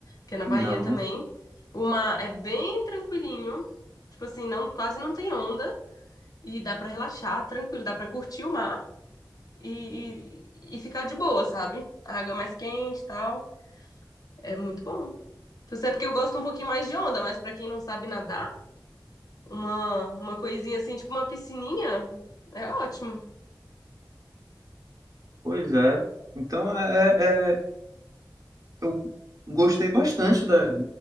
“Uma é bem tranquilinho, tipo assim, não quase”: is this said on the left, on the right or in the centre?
Left